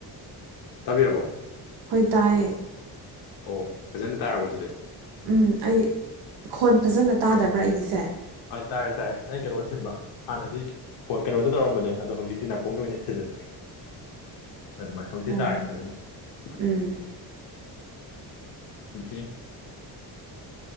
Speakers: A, on the left (about 60°); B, on the right (about 75°).
A: ꯇꯥꯕꯤꯔꯕꯣ
B: ꯍꯣꯏ ꯇꯥꯏꯌꯦ
A: ꯑꯣ ꯐꯖꯅ ꯇꯥꯔꯕꯣ ꯁꯤꯁ
B: ꯎꯝ ꯑꯩ ꯈꯣꯟ ꯐꯖꯅ ꯇꯥꯗꯕ꯭ꯔꯥ
A: ꯑꯥ
B: ꯑꯩꯒꯤꯁꯦ
A: ꯇꯥꯔꯦ ꯇꯥꯔꯦ ꯑꯩ ꯀꯩꯅꯣ ꯊꯤꯟꯕ ꯍꯥꯟꯅꯗꯤ ꯐꯣꯟ ꯀꯩꯅꯣꯗ ꯇꯧꯔꯝꯕꯅꯦ ꯑꯗꯣ ꯍꯧꯖꯤꯛꯇꯤ ꯅꯥꯀꯣꯡꯗ ꯑꯣꯏꯅ ꯊꯤꯜꯂꯦ ꯑꯗꯨꯃꯥꯏꯅ ꯍꯧꯖꯤꯛꯇꯤ
B: ꯑꯣ
A: ꯇꯥꯔꯦ ꯐꯖꯅ
B: ꯎꯝ
A: ꯍꯣꯏ ꯎꯝ ꯑꯗꯨꯗꯤ